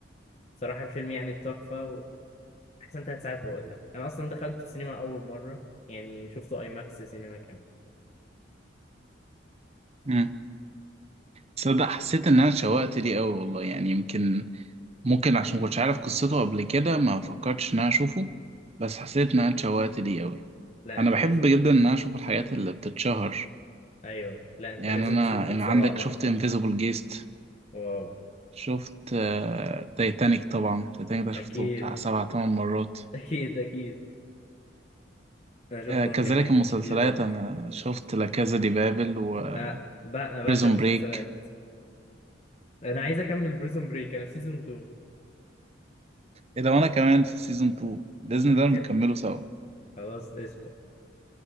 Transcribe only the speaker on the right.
امم تصدق حسيت ان انا اتشوقت ليه قوي والله يعني يمكن ممكن عشان ما كنتش عارف قصته قبل كده ما فكرتش ان انا اشوفه بس حسيت ان انا اتشوقت ليه قوي
انا
بحب
جدا ان انا اشوف الحاجات اللي بتتشهر
يعني
انا
أنا
عندك شفت انفيزيبل جيست
شفت تايتانيك طبعا تايتانيك ده شفته
بتاع سبع تمن مرات
آه، كذلك
المسلسلات
انا شفت لا كازا دي بابل وبريزون
بريك
ايه ده وانا كمان في سيزون 2 باذن
الله نكمله سوا